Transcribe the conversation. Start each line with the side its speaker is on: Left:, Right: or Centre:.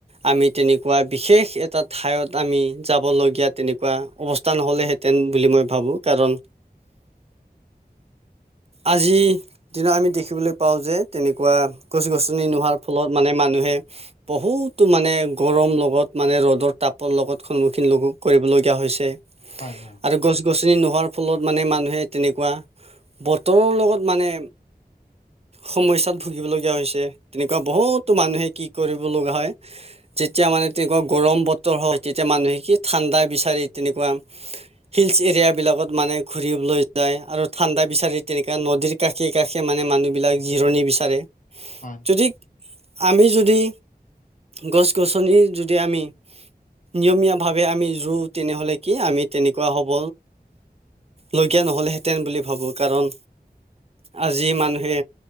Right: আমি তেনেকোৱা বিশেষ এটা ঠাইত আমি যাবলগীয়া তেনেকোৱা অৱস্থা নহলেহেঁতেন বুলি মই ভাবো। কাৰণ, আজি দিনা আমি দে খিবলৈ পাওঁ যে তেনেকোৱা গছ গছনি নোহোৱাৰ ফলত মানে মানুহে বহুতো মানে গৰম লগত মানে ৰ'দৰ তাপৰ লগত সন্মুখীন লগো কৰিব লগীয়া হৈছে।
Left: হয়', হয়।
Right: আৰু গছ-গছনি নোহোৱাৰ ফলত মানে মানুহে তেনেকুৱা, বতৰৰ লগত মানে সমস্যাত ভুগিবলগীয়া হৈছে, তেনেকুৱা বহুত তো মানুহে কি কৰিব লগা হয়, যেতিয়া মানে তেনেকুৱা গৰম বত ৰ হয়, তেতিয়া মানুহে কি ঠাণ্ডা বিচাৰি তেনেকুৱা হিলচ এৰিয়া বিলাকত মানে ঘূৰিবলৈ যায়, আৰু ঠাণ্ডা বিচাৰি তেনেকা নদীৰ কাষে-কাষে এ মানে মানুহবিলাক জিৰণি বিচাৰে।
Left: হয়।
Right: ঠিক, আমি যদি, গছ-গছনি যদি আমি নিয়মীয়াভাৱে আমি যো তেনেহ'লে কি আমি তেনেকুৱা হ'ব। লগীয়া নহ'লে হেঁতেন বুলি ভাবোঁ কাৰণ আজি মানুহে।